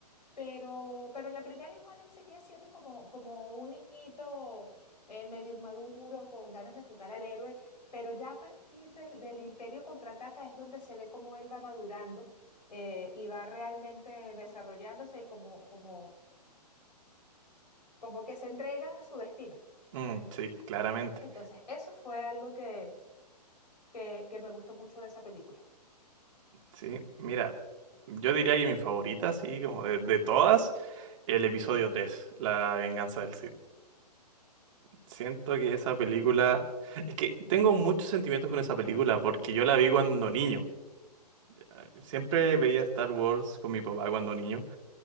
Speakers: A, on the left; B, on the right.
A: pero, pero en la primera igual él seguía siendo como, como un niñito eh, medio inmaduro, con ganas de jugar al héroe, pero ya a partir del, del Imperio Contraataca es donde se ve cómo él va madurando eh, y va realmente desarrollándose y como, como, como que se entrega a su destino.
B: mm, sí, claramente.
A: Entonces, eso fue algo que, que, que me gustó mucho de esa película.
B: Sí, mira, yo diría que mi favorita, sí, como de, de todas, el episodio 3, La venganza del Sith. Siento que esa película... Es que tengo muchos sentimientos con esa película porque yo la vi cuando niño. Ah, Siempre veía Star Wars con mi papá cuando niño.